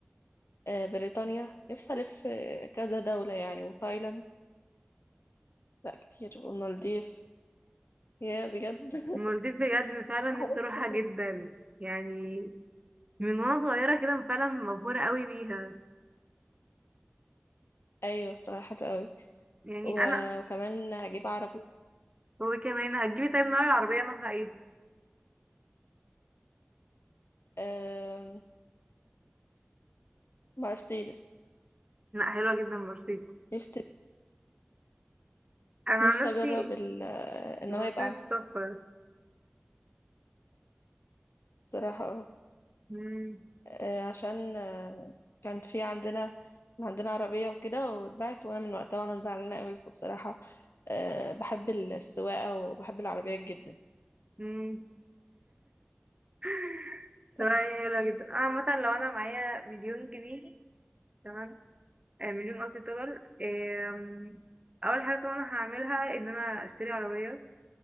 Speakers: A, on the left (about 90°); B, on the right (about 30°).
A: آه، بريطانيا نفسي ألف آه، كذا دولة يعني وتايلاند لا كتير والمالديف يا بجد <laughs>
B: المالديف بجد فعلا نفسي
A: حاجات
B: اروحها
A: كتير جداً.
B: جدا يعني من وانا صغيرة كده فعلا مبهورة قوي بيها
A: أيوة بصراحة حلوة أوي
B: يعني
A: و-
B: انا
A: وكمان هجيب عربية
B: هو كمان هتجيبي طيب نوع العربية نوعها ايه؟
A: آم، مرسيدس
B: لا حلوة جدا مرسيدس
A: نفسي
B: انا
A: نفسي
B: عن نفسي
A: أجرب ال- آه، إن
B: المرسيدس
A: أنا يبقى عندي
B: تحفة
A: بصراحة اه
B: مم،
A: آه، عشان آه، كان في عندنا كان عندنا عربية وكده واتباعت وأنا من وقتها وأنا زعلانة أوي فبصراحة آه، بحب السواقة وبحب العربيات جدا
B: مم. <laughs> صراحة
A: <laughs>
B: هي حلوة جدا انا مثلا لو انا معايا مليون جنيه تمام آه، مليون قصدي دولار آم، اول حاجة طبعا هعملها ان انا اشتري عربية